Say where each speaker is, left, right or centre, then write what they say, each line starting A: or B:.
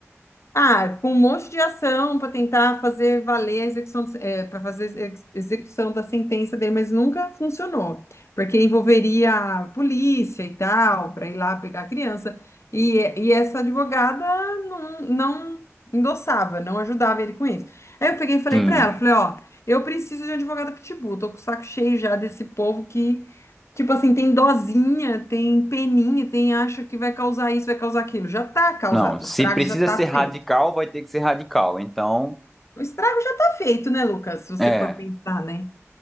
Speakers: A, on the left; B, in the centre.
A: Ah, com um monte de ação para tentar fazer valer a execução, para fazer ex- execução da sentença dele, mas nunca funcionou, porque envolveria a polícia e tal, para ir lá pegar a criança. E, e essa advogada não, não endossava, não ajudava ele com isso. Aí eu peguei e falei
B: Sim.
A: para ela, falei, ó, eu preciso de um advogado pitbull, tô com o saco cheio já desse povo que Tipo assim, tem dozinha, tem peninha, tem acha que vai causar isso, vai causar aquilo. Já tá causado,
B: Não, se
A: o estrago
B: precisa
A: já tá
B: ser
A: feito.
B: radical, vai ter que ser radical. Então,
A: O estrago já tá feito, né, Lucas? Se você
B: é,
A: for pensar, né?